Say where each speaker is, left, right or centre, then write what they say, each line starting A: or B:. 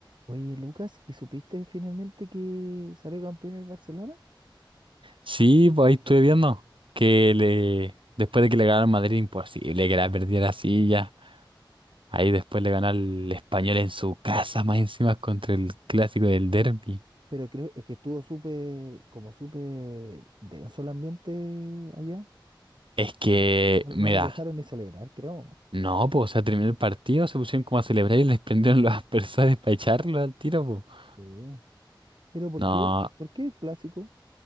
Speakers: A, on the right; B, on the right.
A: Oye, Lucas, ¿y supiste finalmente que salió campeón el Barcelona?
B: Sí, pues ahí estuve viendo que le después de que le ganaron Madrid, imposible que la perdiera así ya. Ahí después le ganó al Español en su casa, más encima contra el clásico del Derby.
A: Pero creo es que estuvo súper, como súper denso el ambiente allá.
B: Es que,
A: No,
B: mira,
A: no los dejaron ni celebrar, creo.
B: no, pues, o sea, terminó el partido, se pusieron como a celebrar y les prendieron los <laughs> aspersores para echarlo al tiro, pues.
A: Sí. Pero ¿por
B: No,
A: qué? ¿Por qué el clásico